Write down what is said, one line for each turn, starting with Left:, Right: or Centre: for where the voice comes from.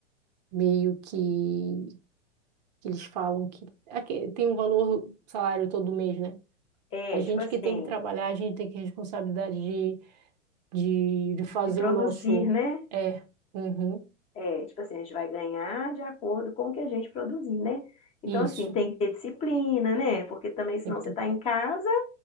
Right: meio que, que eles falam que aqui tem um valor salário todo mês, né?
Left: é,
Right: A gente
Left: tipo assim.
Right: que tem que trabalhar, a gente tem que ter responsabilidade de, de, de fazer
Left: de produzir,
Right: o nosso.
Left: né?
Right: É, uhum,
Left: É, tipo assim, a gente vai ganhar de acordo com o que a gente produzir, né? Então,
Right: isso.
Left: assim, tem que ter disciplina, né? Porque também, senão
Right: Tem que
Left: você
Right: ter-
Left: está em casa,